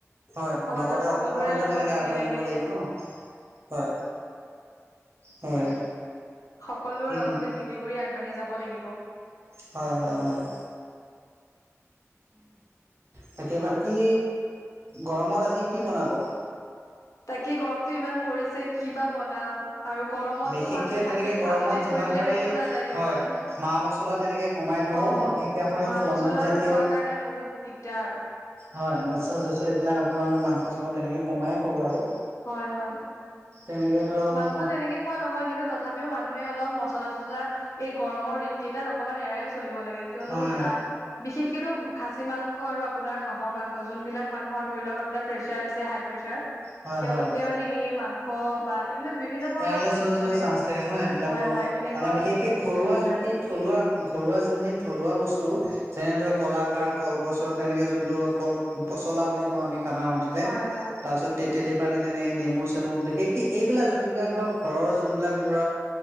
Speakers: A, on the right; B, on the left.
A: হয়
B: সমাজৰ
A: লগতে
B: সকলোৰে
A: অসমখনকো
B: লগত
A: তেনেকে
B: একেলগে
A: আগুৱাই নিব লাগিব ন। হয় হয়।
B: সকলো
A: সেইখিনি
B: লগতে মিলি কৰি আগবাঢ়ি যাব লাগিব।
A: হয় হয় হয়। তাকে বাকী গৰমত আজি কি বনাব।
B: তাকে গৰমতটো ইমান পৰিছে ক বা বনাও। আৰু গৰমতটো
A: বিশেষকে
B: মানুহে ভালকে
A: তেনেকে
B: খাবলৈ
A: গৰমত যিমান
B: কৰিবলৈ
A: পাৰি
B: মনো নাযায় দিয়কচোন।
A: হয় মা মছলা তেনেকে কমাই খাব
B: অ
A: বিশেষকে আপোনাৰ
B: মা
A: ফল
B: মছলা
A: মূল জাতীয়
B: খোৱাৰ কাৰণে বহুত দিগদাৰ।
A: হয় মৎস্ৰ শস্য় এইবিলাক আপোনালোকে মাংস চাংস তেনেকে কমাই খক বাৰ।
B: হয় হয়।
A: তেনেকৈ ধৰক।
B: মাংস তেনেকে খোৱা নহয় কিন্তু তথাপিও মানুহে অলপ মছলা চচলা এই গৰমৰ দিন কেইটাত অকমান এৰাই। চলিব লাগে কিয়নো
A: হয়
B: তাৰ বিশেষকেটো খাচী মাংস আৰু আপোনাৰ হাঁহৰ মাংস যোনবিলাক মানুহৰ ধৰি লওক আপোনাৰ প্ৰেছাৰ আছে হাই প্ৰেছাৰ
A: হয়
B: তেওঁলোকে
A: হয়
B: মানে এই মাংস বা এইবিলাক বিভিন্ন ধৰণৰ
A: পেৰালাইচ হৈ যোৱা
B: মানে
A: চান্স থাগে ন এইবিলাকৰ
B: হয় হয় এনেকুৱা
A: মানে বিশেষকে ঘৰুৱা
B: বস্তু বিলাকৰ
A: যোনখিনি
B: পৰা
A: থলুৱা ঘৰুৱা যোনখিনি থলুৱা বস্তু যেনে ধৰ কলাখাৰ কলগছৰ তেনেকে যোনটো কল পচলা বুলি কওঁ আমি সাধাৰণতেতে
B: হয় হয়
A: তাৰ পিছত তেতেলীৰ পানী তেনে নেমু চেমু বিশেষকে এইবিলাক যোনবিলাক ধৰক ঘৰৰ যোনবিলাক ধৰ